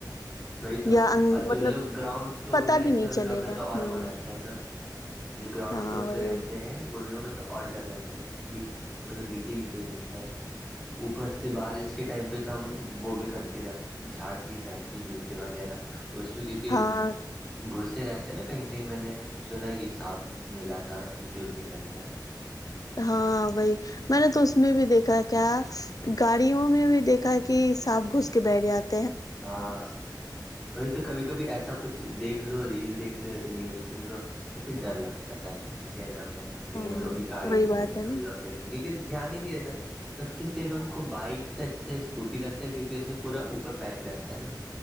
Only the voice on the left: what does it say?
یا ان
مطلب
پتا
بھی نہیں
چلے
گا
ہوں
ہاں
وہی
ہاں
ہاں وہی میں نے تو اس میں بھی دیکھا کیا گاڑیوں میں بھی دیکھا ہے کہ سانپ گھس کے بیٹھ جاتا
ہاں
وہی
بات
ہے
نا